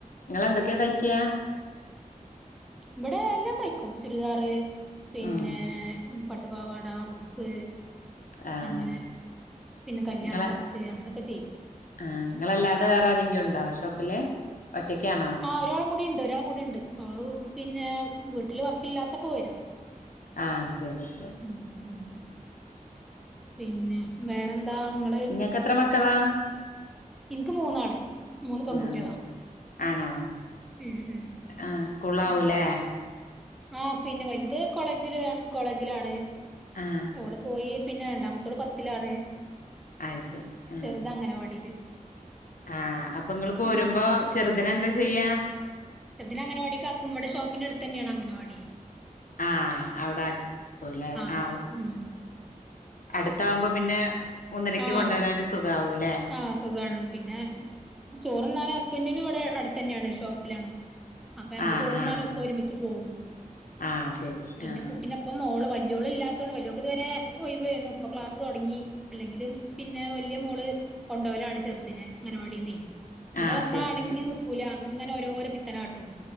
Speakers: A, on the left; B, in the centre.
A: നിങ്ങെന്തൊക്കെയാ തയ്ക്ക്യയാ
B: ഇവിടെ എല്ലാം തയ്ക്കും ചുരിദാർ പിന്നെ
A: ഉം
B: പട്ടുപാവാട ഉടുപ്പ്
A: ആഹ്
B: അങ്ങനെ
A: ശരി
B: പിന്നെ കല്യാണ
A: നിങ്ങളെ
B: വർക്ക് അങ്ങനെയൊക്കെ ചെയ്യും.
A: ആഹ് നിങ്ങളല്ലാതെ വേറെ ആരെങ്കിലും ഉണ്ടോ ഷോപ്പില് ഒറ്റക്കാണോ
B: ആ ഒരാളും കൂടി ഉണ്ട് ഒരാളും കൂടി ഉണ്ട് അവള് പിന്നെ വീട്ടില് വർക്ക ഇില്ലാത്തപ്പോ വരും
A: ആഹ് ശരി ശരി
B: ഉം ഉം പിന്നെ വേറെന്താ ങ്ങള്
A: ഇങ്ങക്ക് എത്ര മക്കളാ
B: ഇൻക്ക് മൂന്നാള് മൂന്ന് പെൺകുട്ടികളാ
A: ആഹ് ആണോ
B: ഉം ഉം
A: ആ സ്കൂള് ആവൂല്ലേ
B: ഉം ആഹ് പിന്നെ വലുത് കോളേജിൽ കോളേജിലാണ്.
A: ആഹ്
B: ഓള് പോയി പിന്നെ രണ്ടാമത്തോട് പത്തിലാണ്.
A: അഅ് ശരി ആഹ്
B: ചെറുത് അംഗനവാടിയില്
A: ആഹ് അപ്പൊ നിങ്ങ പോരുമ്പോ
B: ഉം
A: ചെറ്തിനെ എന്താ ചെയ്യാ
B: ചെറ്തിനെ അംഗൻവാടികാക്കും മ്മടെ ഷപ്പിന്റെടുത്തന്നെയാണ്. അംഗനവാടിയെ
A: ആഹ് അവിടെ അടുത്ത്ല്ലേ ആഹ്
B: ഇവിടെ ആക്കും ഉം
A: അടുത്ത ആവുമ്പോ പിന്നെ ഒന്നരക്ക്
B: ആഹ്
A: കൊണ്ടുവരാനും സുഖാ ആവുംല്ലെ
B: ആഹ് സുഖാണ്. പിന്നെ ചോറ്ന്നാന് ഹസ്ബൻറിന് ഇവിടെ അടുത്തന്നെയാണ് ഷോപ്പിലാണ്. അപ്പൊ ഞങ്ങള്
A: ആഹ്
B: ചോറന്നാനും
A: ആഹ്
B: ഒപ്പം ഒരുമിച്ച് പോവും.
A: ആഹ് ശരി
B: പിന്നെ
A: ആഹ്
B: കുട്ടി നെ ഇപ്പ മോള് വല്യോള ഇല്ലാത്തതൊണ്ട് വല്യോക്ക് ഇതുവരെ ഒയിവേന്നു ഇപ്പൊ ക്ലാസ് തുടങ്ങി. അല്ലെങ്കിലും പിന്നെ വല്യയ മോള് കൊണ്ടോലാണ് ചെറുദിനെ അംങ്ങനവാടിനെ ഇവിടെ
A: ആഹ്
B: വന്നാ
A: ശരി
B: അടങ്ങി
A: ശരി
B: നി കുല അങ്ങനെ ഓരോ പിത്തനക്കാട്ടും.